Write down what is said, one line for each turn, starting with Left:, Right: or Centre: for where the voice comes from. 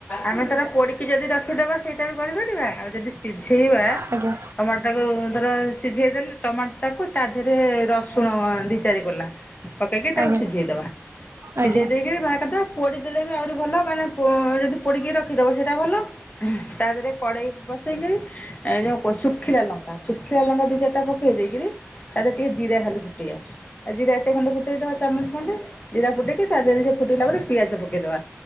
Left: ଆମେ ତାର ପୋଡିକି ଯଦି ରଖିଦବା ସେଇଟା ବି କରିପାରିବା ଆଉ ଯଦି ସିଝେଇବା
Right: ଆଜ୍ଞା
Left: ଟମାଟୋକୁ ଧର ସିଝେଇ ଦେଲେ ଟମାଟୋଟାକୁ ତା ଦେହରେ ରସୁଣ ଦି ଚାରି କଲା। ପକେଇକି ତାକୁ
Right: ଆଜ୍ଞା
Left: ସିଝେଇଦବା ସିଝେଇ
Right: ଆଜ୍ଞା
Left: ଦେଇକିରି ଭା ପୋଡ଼ିଦେଲେ ବି ଆହୁରି ଭଲ ମାନେ ଯଦି ପୋଡ଼ିକି ରଖିଦବ ସେଇଟା ଭଲ। ତା ଦେହରେ କଡେଇ ବସେଇକରି ଯୋଉ ଶୁଖିଲା ଲଙ୍କା। ଶୁଖିଲା ଲଙ୍କା ଦିଚାରିଟା ଦେଇକରି ତା ଦେରେ ଟିକେ ଜିରା ଖାଲି <unintelligible> ଉ ଜିରା ଏତେ ଖଣ୍ଡେ ଫୁଟେଇଦବା ଚାମଚ ଖଣ୍ଡେ ଜିରା ଫୁେଇକି ତା ଦେହରେ ସେ ଫୁଟେଇଲା ପରେ ପିଆଜ ପକେଇଦବା।